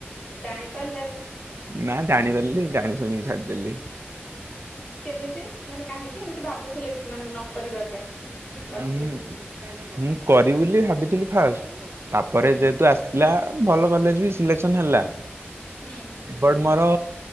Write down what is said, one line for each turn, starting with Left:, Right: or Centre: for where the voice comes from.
Left: ଜାଣି ପାରିଲାନି।
Right: ନା ଜାଣିଦଲି ଜାଣି ଶୁଣିକି ଛାଡିଦେଲି।
Left: କେମିତି ମାନେ କାହିଁକି ଏମିତି ଭାବୁଥିଲେ କି ମାନେ ନକ ପାଇଁ। Plus
Right: ହ
Left: three?
Right: ମୁଁ କରିବି ବୋଲି ଭାବିଥିଲି ଫାଷ୍ଟ ତାପରେ
Left: ହୁଁ
Right: ଯେହେତୁ ପ ଭଲ କଲେଜ ବି ସିଲେକ୍ସନ ହେଲା
Left: ହୁଁ।
Right: ବଟ ମୋର